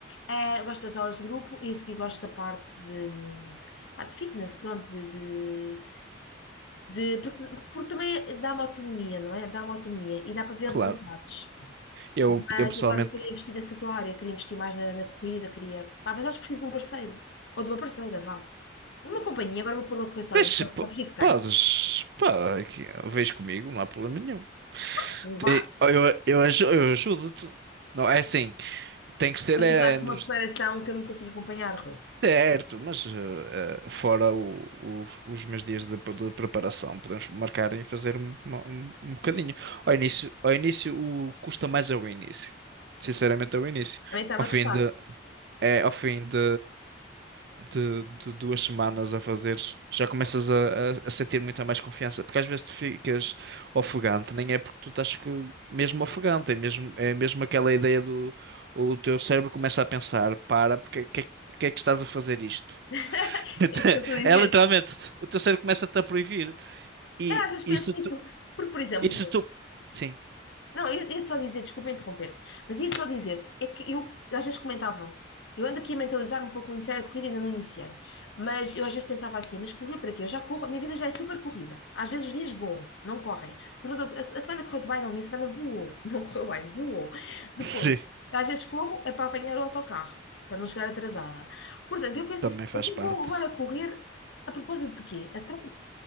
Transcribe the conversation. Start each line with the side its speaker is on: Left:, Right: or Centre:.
Left: Eh, gosto das aulas de grupo e a seguir gosto da parte de, hum, pá, de fitness, pronto, de, de de, porque, porque também é, dá-me autonomia, não é? Dá-me autonomia e dá para ver
Right: claro.
Left: resultados. Pronto.
Right: Eu,
Left: Mas
Right: eu pessoalmente.
Left: agora queria investir nessa tua área, queria investir mais na, na corrida, queria. Pá, mas acho que preciso de um parceiro, ou de uma parceira, vá. De uma companhia, agora vou pôr uma correr sozinha,
Right: Mas p-
Left: a fugir de quem?
Right: podes, pá, aqui, vês comigo, não há problema nenhum.
Left: Se me levares,
Right: E Eu, eu, aju- eu ajudo-te. Não, é assim, tem que ser
Left: mas
Right: é,
Left: tu estás com
Right: nos
Left: uma preparação que eu não consigo acompanhar, Rui.
Right: certo, mas eh, eh, fora o- o- os meus dias de, de preparação, podemos marcar e fazer um, uma- um, um bocadinho. Ao início, ao início o, custa mais ao início. Sinceramente, ao início.
Left: Também está-me
Right: Ao fim
Left: a custar.
Right: de, é, ao fim de de, de duas semanas a fazeres, já começas a, a, a sentir muita mais confiança. Porque às vezes tu ficas ofegante, nem é porque tu estás que- mesmo ofegante, é mesmo, é mesmo aquela ideia do o teu cérebro começa a pensar, para, porque, que, porque é que estás a fazer isto?
Left: <laughs>
Right: <laughs>
Left: É isso que eu estou a dizer.
Right: É literalmente, o teu cérebro começa-te a proibir. E
Left: Eu às vezes penso
Right: isso
Left: isso,
Right: tu,
Left: porque, por exemplo,
Right: isso tu, sim,
Left: Não, eu ia só dizer, desculpa interromper-te, mas ia só dizer-te, é que eu às vezes comentava, eu ando aqui a mentalizar-me, vou iniciar a corrida e ainda não iniciei, mas eu às vezes pensava assim, mas correr para quê? Eu já corro, a minha vida já é super corrida, às vezes os dias voam, não correm, Pergunta- a a semana correu-te bem, não, a minha semana voou, <laughs> não correu bem, voou, depois,
Right: sim,
Left: às vezes corro é para apanhar o autocarro, para não chegar atrasada, portanto, eu penso
Right: também
Left: assim,
Right: faz
Left: eu só vou
Right: parte.
Left: agora correr a propósito de quê? Atrás,